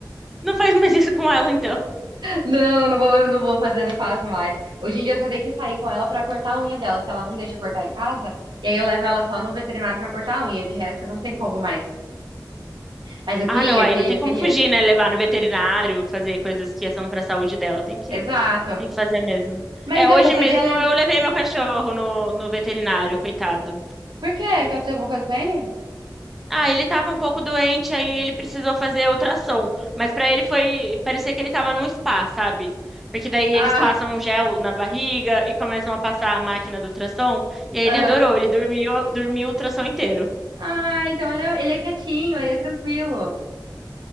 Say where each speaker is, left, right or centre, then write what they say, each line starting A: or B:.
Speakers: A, in the centre; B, on the right.
A: Não faz mais isso com ela, então.
B: Não, não vou, não vou fazer, não faço mais. Hoje em dia eu só tenho que sair com ela pra cortar a unha dela, que ela não deixa cortar em casa. E aí eu levo ela só no veterinário pra cortar a unha. De resto, não tem como mais. Mas eu
A: Ah,
B: queria,
A: não, aí
B: eu queria,
A: não tem
B: eu
A: como
B: queria.
A: fugir, né? Levar no veterinário, fazer coisas que são pra saúde dela, tem que
B: Exato.
A: tem que fazer mesmo.
B: Mas,
A: É,
B: meu,
A: hoje
B: você podia
A: mesmo
B: levar.
A: eu levei meu cachorro no, no veterinário, coitado.
B: Por quê? Que aconteceu alguma coisa com ele?
A: Ah, ele tava um pouco doente, aí ele precisou fazer ultrassom, mas pra ele foi, parecia que ele tava num spa, sabe? Porque daí eles
B: Ah,
A: passam um gel na barriga e começam a passar a máquina do ultrassom, e aí
B: aham.
A: ele adorou, ele dormiu, dormiu o ultrassom inteiro.
B: Ah, então ele é, ele é quietinho, ele é tranquilo.